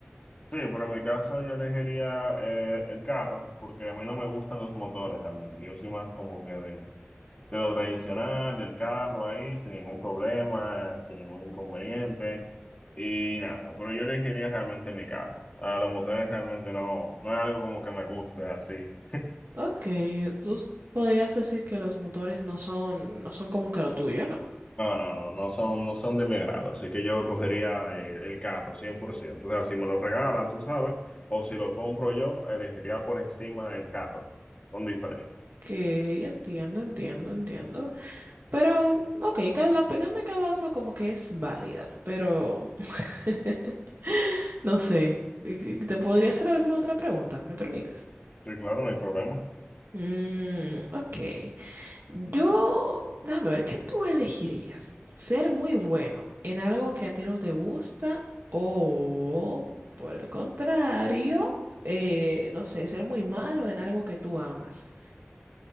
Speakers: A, on the left (about 30°); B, on the right (about 55°).
A: Sí, pero en mi caso yo elegiría eh, el carro, porque a mí no me gustan los motores realmente. Yo soy más como que de de lo tradicional, del carro ahí, sin ningún problema, sin ningún inconveniente. Y nada, pero yo elegiría realmente mi carro. A los motores realmente no, no es algo como que me guste así.
B: Ok, tú s- podrías decir que los motores no son no son como que lo tuyo, ¿no?
A: No, no, no, no son, no son de mi grado, así que yo cogería eh, el carro cien por ciento O sea, si me lo regalan, tú sabes, o si lo compro yo, elegiría por encima el carro, con diferencia.
B: Ok, entiendo, entiendo, entiendo. Pero, ok, ca- la opinión de cada uno como que es válida, pero <laughs> No sé. ¿Te podría hacer alguna otra pregunta? ¿Me permites?
A: Sí, claro, no hay problema.
B: Mm, ok. Yo, déjame ver, ¿qué tú elegirías? ¿Ser muy bueno en algo que a ti no te gusta o, por el contrario, eh, no sé, ser muy malo en algo que tú amas?